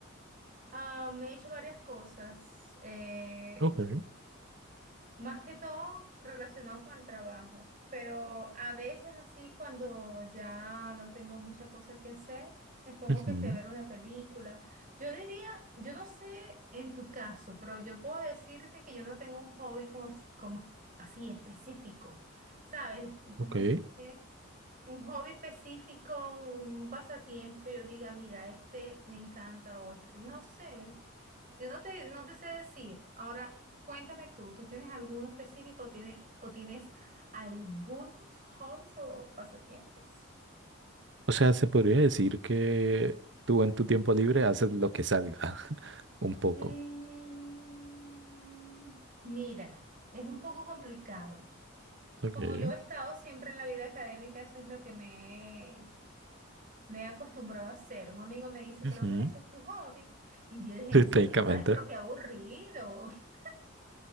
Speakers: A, on the right (about 40°); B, on the right (about 55°).
A: ah, me he hecho varias cosas. Eh,
B: Ok.
A: Más que todo relacionado con el trabajo, pero a veces así cuando ya no tengo mucha cosa que hacer, me pongo
B: Ujú,
A: que sea a ver una película. Yo diría, yo no sé en tu caso, pero yo puedo decirte que yo no tengo un hobby como, s- como así específico, ¿sabes? No
B: Ok.
A: sé un hobby específico, un pasatiempo, que yo diga, mira, este me encanta o este, no sé, yo no te, no te sé decir. Ahora, cuéntame tú, ¿tú tienes alguno específico o tienes, o tienes algunos hobbies o pasatiempos?
B: O sea, se podría decir que tú en tu tiempo libre haces lo que salga, <laughs> un poco.
A: Mm, Mira, es un poco complicado.
B: Ok.
A: Como
B: Ujú,
A: yo he estado siempre en la vida académica, eso es lo que me me he acostumbrado a hacer. Un amigo me dice,
B: <laughs>
A: pero Mara, ese es tu hobby. Y yo dije, en
B: sí,
A: serio,
B: Técnicamente.
A: ay, pero qué aburrido. <laughs>